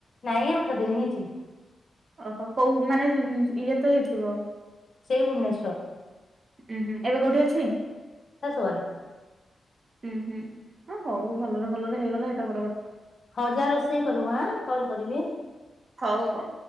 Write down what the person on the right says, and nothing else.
ଅହୋ। କୋଉ ମାନେ ଇଏ ତ ହେଇଥିବ?
ଉଁ ହୁଁ। ଏବେ କୋଉଠି ଅଛି?
ଉଁ ହୁଁ। ହଁ ହଉ ଭଲରେ ଭଲରେ ହେଇଗଲା ଏଇଟା ବଡ଼ କଥା।
ହଉ ହଉ।